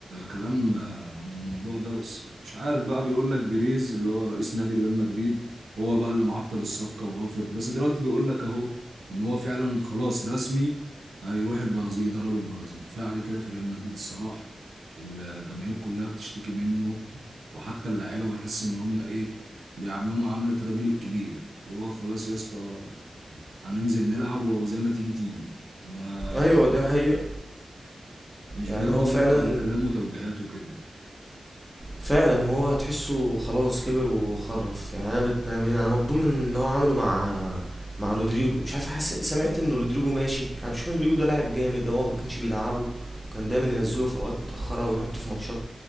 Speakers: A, on the right; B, in the centre.
A: كلام آه، عن الموضوع ده بس مش عارف بقى بيقول لك بيريز اللي هو رئيس نادي ريال مدريد هو بقى اللي معطل الصفقة ورافض بس دلوقتي بيقول لك اهو ان هو فعلا خلاص رسمي هيروح البرازيل يدرب البرازيل كفاية عليه كده في ريال مدريد الصراحة الجماهير كلها بتشتكي منه وحتى اللعيبة بحس ان هم ايه بيعاملوه معاملة الراجل الكبير وهو خلاص يا اسطى هننزل نلعب وزي ما تيجي تيجي ما
B: ايوه ده حقيقه
A: مش
B: يعني
A: بياخدوا
B: هو فعلا
A: منه على كلامه وتوجيهاته كده
B: فعلا وهو هتحسه خلاص كبر وخرف يعني انا بت... انا مبدوم من اللي هو عمله مع مع رودريجو مش عارف حاسس سمعت ان رودريجو ماشي انا بشوف ان رودريجو ده لاعب جامد هو ما كانش بيلعبه وكان دايما ينزله في اوقات متاخره ويحطه في ماتشات